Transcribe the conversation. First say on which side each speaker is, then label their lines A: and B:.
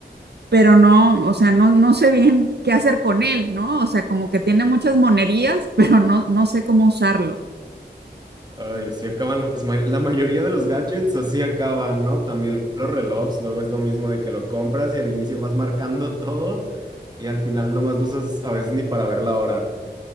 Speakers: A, on the right; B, on the right.
A: pero no, o sea, no, no sé bien qué hacer con él, ¿no? O sea, como que tiene muchas monerías, <laughs> pero no, no sé cómo usarlo.
B: Ay, así acaban las may- la mayoría de los gadgets, así acaban, ¿no? También los relojes, luego es lo mismo de que lo compras y al inicio vas marcando todo y al final nomás lo usas a veces ni para ver la hora.